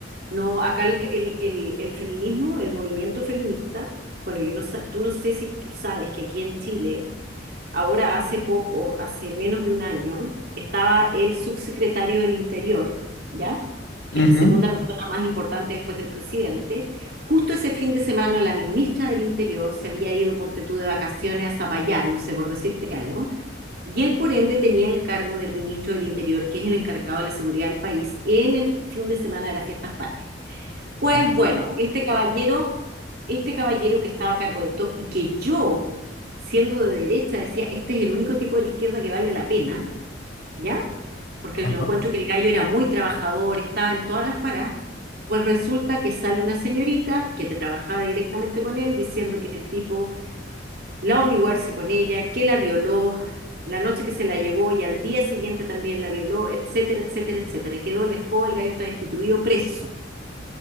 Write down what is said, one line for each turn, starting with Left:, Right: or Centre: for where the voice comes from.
Right: no, acá el, el- el- el feminismo, el movimiento feminista, bueno, yo no, sa- tú no sé si tú sabes que aquí en Chile, ahora hace poco, hace menos de un año, estaba el subsecretario del Interior, ¿ya? Que
Left: Ujú.
Right: es la segunda persona más importante después del presidente. Justo ese fin de semana la ministra del Interior se había ido, ponte tú, de vacaciones a Zapallar, no sé, por decirte algo y él, por ende, tenía el cargo del ministro del Interior, que es el encargado de la seguridad del país, en el fin de semana de las fiestas patrias. Pues
Left: Ok.
Right: bueno, este caballero, este caballero que estaba a cargo de todo y que yo, siendo de derecha, decía, este es el único tipo de la izquierda que vale la pena, ¿ya? Porque
Left: Ajá.
Right: lo encuentro que el gallo era muy trabajador, estaba en todas las paradas. Pues resulta que sale una señorita que trabajaba directamente con él diciendo que el tipo la obligó a irse con ella, que la violó, la noche que se la llevó y al día siguiente también la violó, etcétera, etcétera, etcétera. Quedó el escoba, el gallo está destituido, preso.